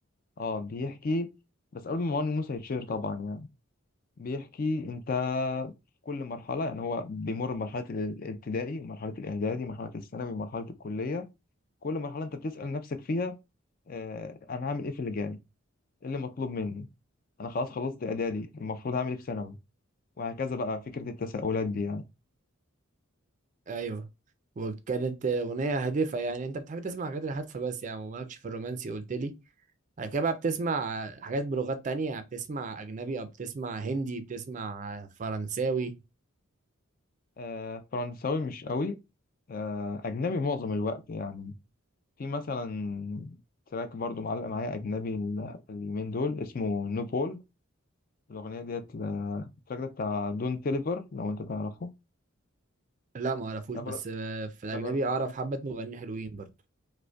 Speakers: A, on the left; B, on the right.
A: اه بيحكي بس قبل ما مروان موسى يتشهر طبعا يعني بيحكي انت في كل مرحله يعني هو بيمر بمرحله الابتدائي ومرحله الاعدادي مرحله الثانوي ومرحله الكليه كل مرحله انت بتسال نفسك فيها آه انا هعمل ايه في اللي جاي ايه اللي مطلوب مني انا خلاص خلصت اعدادي المفروض اعمل ايه في ثانوي وهكذا بقى فكره التساؤلات دي يعني
B: ايوه وكانت آه، اغنية هادفة يعني انت بتحب تسمع حاجات الهادفة بس يعني ومالكش في الرومانسي قلت لي بعد كده بقى بتسمع حاجات بلغات تانية بتسمع اجنبي او بتسمع هندي بتسمع فرنساوي
A: آه فرنساوي مش قوي آه اجنبي معظم الوقت يعني في مثلا تراك برضو معلق معايا اجنبي ال- اليومين دول اسمه نو بول الاغنيه ديت ل- التراك ده بتاع دون تيليفر لو انت تعرفه
B: لا ما اعرفوش
A: رابر
B: بس آه، في الاجنبي
A: رابر
B: اعرف
A: ما
B: حبة مغنيين حلوين برضو